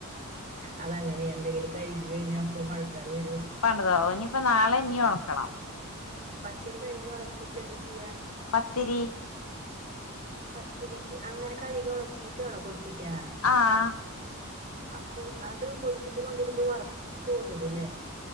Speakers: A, on the right; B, on the left.
A: അതങ്ങനെയാ എന്തെങ്കിലും കഴുകി കഴിഞ്ഞാ അപ്പ മഴക്കാർ വരു
B: അതോഹ് ഇനിയിപ്പോ നാളെ ഇനി ഒണക്കണം
A: പച്ചരി കഴുകി ഒണക്കിട്ട് എന്താ ചെയ്യാ?
B: പത്തിരി
A: പത്തിരിക്ക് അങ്ങനെ കഴുകി ഒണക്കിട്ട് വേണോ പൊടിപ്പിക്കാ
B: ആഹ്
A: അപ്പം അത് പൊടിപ്പിച്ച് കൊണ്ടുവരുമ്പോ വർത്ത് കൊണ്ടുവരുല്ലേ?